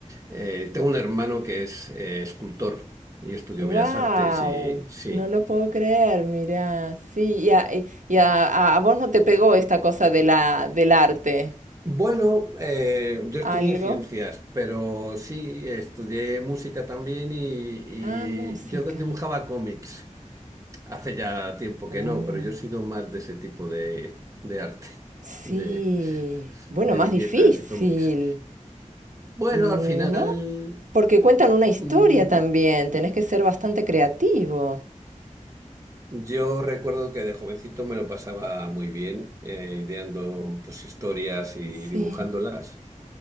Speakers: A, on the right (about 25°); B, on the right (about 75°).
A: Eh, tengo un hermano que es eh, escultor y estudió
B: Wow,
A: Bellas Artes y sí.
B: no lo puedo creer, mira, sí, y a, y- y a- a- a vos no te pegó esta cosa de la, del arte,
A: Bueno, eh, yo
B: ¿algo?
A: estudié ciencias, pero sí, estudié música también y, y
B: Ah, música.
A: yo dibujaba cómics. Hace ya tiempo que
B: Oh,
A: no, pero yo he sido más de ese tipo de, de arte. <laughs>
B: sí,
A: De...
B: bueno,
A: de
B: más
A: viñetas
B: difícil,
A: y cómics. Bueno,
B: Mm,
A: al final
B: ¿no? Porque cuentan una historia
A: mm,
B: también, tenés que ser bastante creativo.
A: yo recuerdo que de jovencito me lo pasaba muy bien eh, ideando pues historias y
B: Sí,
A: dibujándolas,